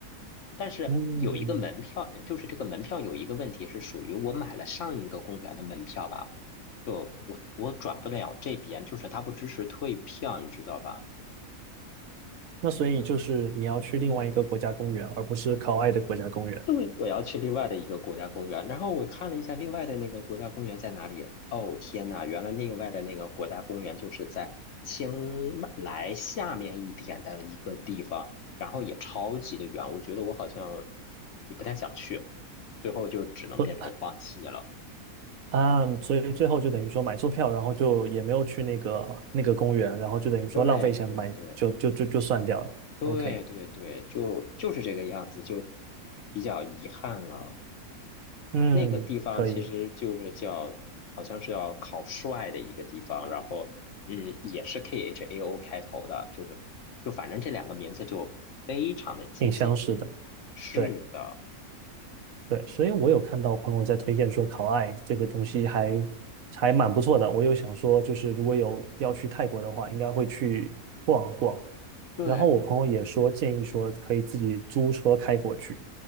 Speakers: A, on the left (about 60°); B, on the right (about 65°).
A: 但是有一个门票，
B: 嗯，
A: 就是这个门票有一个问题是属于我买了上一个公园的门票吧，就我我转不了这边，就是它不支持退票，你知道吧？
B: 那所以就是你要去另外一个国家公园，而不是考爱的国家公园。
A: 对，我要去另外的一个国家公园，然后我看了一下另外的那个国家公园在哪里。哦，天呐，原来另外的那个国家公园就是在清迈来下面一点的一个地方，然后也超级的远，我觉得我好像也不太想去，最后就只能变成放弃了。
B: 呃啊，所以最后就等于说买错票，然后就也没有去那个那个公园，然后就等于说浪费钱买，
A: 对对对
B: 就就就就算掉了。
A: 对对对，
B: OK，
A: 就就是这个样子，就比较遗憾了。
B: 嗯，
A: 那个地方其实就是叫，
B: 可以，
A: 好像是要考帅的一个地方，然后嗯，也是 K H A O 开头的，就是就反正这两个名字就非常的接近。
B: 挺相似的。
A: 是的，
B: 对。对，所以我有看到朋友在推荐说烤艾这个东西还还蛮不错的，我又想说就是如果有要去泰国的话，应该会去逛一逛。
A: 对，
B: 然后我朋友也说建议说可以自己租车开过去，